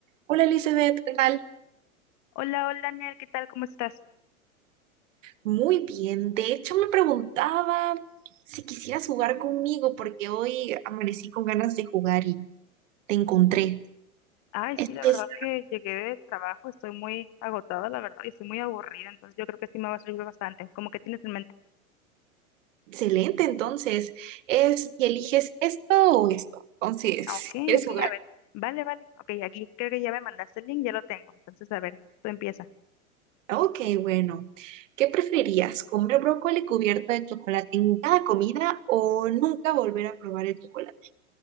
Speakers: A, on the right (about 60°); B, on the left (about 40°).
A: Hola Elizabeth, ¿qué tal?
B: Hola, hola, Ner, ¿qué tal? ¿Cómo estás?
A: Muy bien, de hecho me preguntaba si quisieras jugar conmigo porque hoy amanecí con ganas de jugar y te encontré.
B: Ay,
A: Esto
B: sí, la
A: es
B: verdad que llegué del trabajo, estoy muy agotada, la verdad, y estoy muy aburrida, entonces yo creo que sí me va a servir bastante. Como que tienes en mente?
A: excelente, entonces, es que eliges esto o esto. Entonces,
B: Ah, ok,
A: ¿quieres
B: ok,
A: jugar?
B: a ver. Vale, vale. Ok, aquí creo que ya me mandaste el link, ya lo tengo. Entonces, a ver, tú empieza.
A: Ok, bueno, ¿qué preferirías? ¿Comer brócoli cubierto de chocolate en cada comida o nunca volver a probar el chocolate?